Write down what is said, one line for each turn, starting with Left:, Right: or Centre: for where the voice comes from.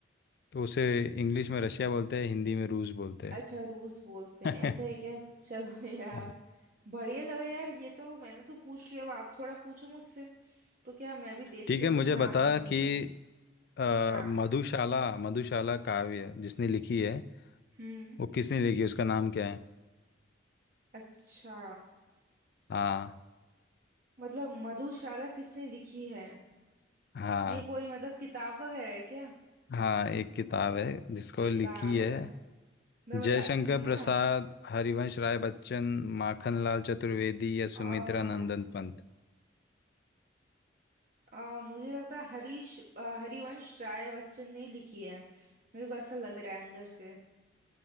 Left: तो उसे इंग्लिश में रशिया बोलते हैं हिंदी में रूस बोलते
Right: अच्छा रूस बोलते
Left: हैं
Right: हैं ऐसा है
Left: <laughs>
Right: क्या चलो <laughs> यार
Left: हाँ।
Right: बढ़िया लगा यार ये तो मैंने तो पूछ लिया अब आप थोड़ा पूछो मुझसे तो क्या मैं भी देख
Left: ठीक
Right: लूँ
Left: है मुझे
Right: कितना
Left: बता
Right: आता है मुझे
Left: कि अ,
Right: हाँ
Left: मधुशाला मधुशाला काव्य जिसने लिखी है
Right: हम्म
Left: वो किसने लिखी है उसका नाम क्या है
Right: अच्छा
Left: हाँ
Right: मतलब मधुशाला किसने लिखी है
Left: हाँ
Right: ये कोई मतलब किताब वगैरह है क्या
Left: हाँ एक किताब है जिसको
Right: किताब
Left: लिखी है
Right: है मैं बता
Left: जयशंकर
Right: देती हूँ
Left: प्रसाद
Right: ना
Left: हरिवंश राय बच्चन माखनलाल चतुर्वेदी या
Right: आ,
Left: सुमित्रा नंदन पंत
Right: आ, मुझे लगता है हरीश आ, हरिवंश राय बच्चन ने ही लिखी है मेरे को ऐसा लग रहा है अंदर से